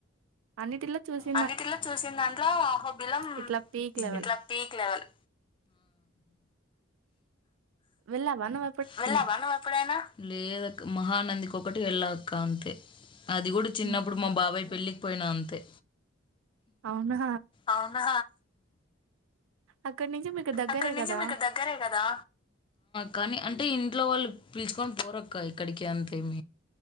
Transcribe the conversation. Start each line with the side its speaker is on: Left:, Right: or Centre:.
Right: అన్నిటిల్లా చూసి
Left: అన్నిటిలో చూసిన దాంట్లో ఆహో బిలం
Right: ఇట్లా పీక్ లెవెల్
Left: ఇట్లా పీక్ లెవల్
Right: వెళ్ళవా నువన్
Left: వెళ్ళావా నువు ఎప్పుడైనా లేదక్క మహానందికి ఒకకటి వెళ్ళా అక్క అంతే అది కూడా చిన్నప్పుడు
Right: హ్మ్.
Left: మా బాబాయ్ పెళ్ళి. పోయిన అంతే.
Right: అవునా.
Left: అవునా
Right: అక్కడి నుంచి మీకు దగ్గరే
Left: అక్కడి నుంచి
Right: కదా
Left: మీకు దగ్గరే కదా. కానీ అంటే ఇంట్లో వాళ్ళు పిలుచుకొని పోరక్క ఇక్కడికి అంతేమ.